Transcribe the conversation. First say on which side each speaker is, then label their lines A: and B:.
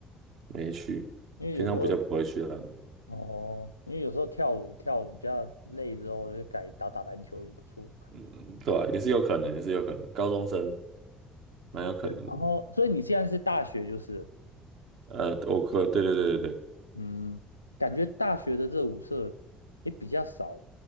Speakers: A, on the right; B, on the left.
A: 没去，
B: 因为有时候
A: 平常比较不会去了。
B: 哦，因为有时候跳舞跳舞比较累之后，就改打打篮球也不错。
A: 嗯，对啊也是有可能，也是有可能，高中生蛮有可能的。
B: 然后，所以你现在是大学就是了
A: 呃，我可对对对对对。
B: 嗯，感觉大学的热舞社也比较少，